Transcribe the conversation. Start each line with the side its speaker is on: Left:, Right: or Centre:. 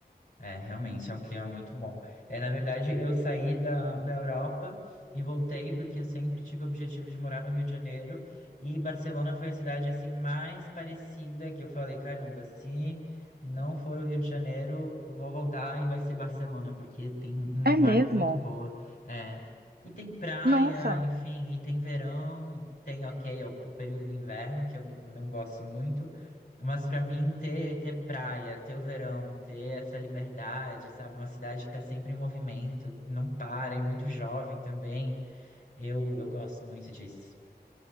Left: É, realmente é um clima muito bom. É, na verdade, eu saí da, da Europa e voltei porque eu sempre tive o objetivo de morar no Rio de Janeiro e Barcelona foi a cidade assim mais parecida que eu falei, caramba, se não for o Rio de Janeiro, eu vou voltar e vai ser Barcelona porque tem uma vibe
Right: É mesmo?
Left: muito boa. É, e tem praia,
Right: Nossa.
Left: enfim, e tem verão e tem, ok, o o período do inverno que eu não gosto muito. Mas pra mim ter, ter praia, ter o verão, ter essa liberdade, sabe? Uma cidade que tá sempre em movimento, não para, e muito jovem também. Eu, eu gosto muito disso.